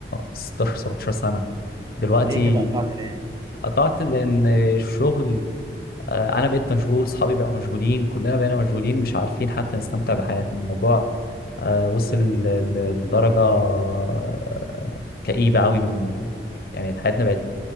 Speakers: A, on the left; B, on the right.
A: 16 17 سنة دلوقتي
B: طب ليه كده قطعت ليه؟
A: قطعت لان الشغل آه، انا بقيت مشغول صحابي بقوا مشغولين كلنا بقينا مشغولين مش عارفين حتى نستمتع بحياتنا الموضوع آه، وصل ل- ل- لدرجة آه، كئيبة قوي من يعني حياتنا بقت